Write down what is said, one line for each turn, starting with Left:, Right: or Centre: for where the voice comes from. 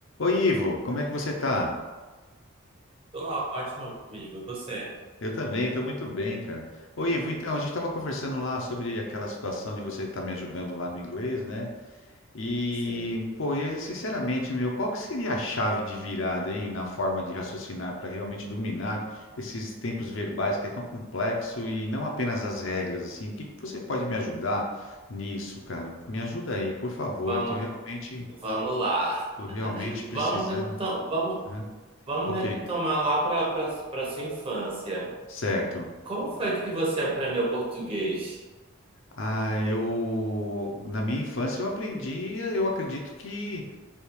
Left: Oi, Ivo, como é que você tá?
Right: Tô ótimo, amigo. E você?
Left: Eu também, estou muito bem, cara. Ô, Ivo, então, a gente estava conversando lá sobre aquela situação de você estar me ajudando lá no inglês, né? E,
Right: Sim.
Left: pô, eu, sinceramente, meu, qual que seria a chave de virada, hein, na forma de raciocinar para realmente dominar esses tempos verbais que é tão complexo e não apenas as regras, assim? O que que você pode me ajudar nisso, cara? Me ajuda aí, por favor.
Right: Vamos,
Left: Eu estou realmente,
Right: vamos lá.
Left: tô realmente
Right: Vamos,
Left: precisando.
Right: retom vamos,
Left: Aham.
Right: vamos
Left: Ok,
Right: retomar lá para para sua infância.
Left: certo.
Right: Como foi que você aprendeu português?
Left: Ah, eu na minha infância eu aprendi, eu acredito que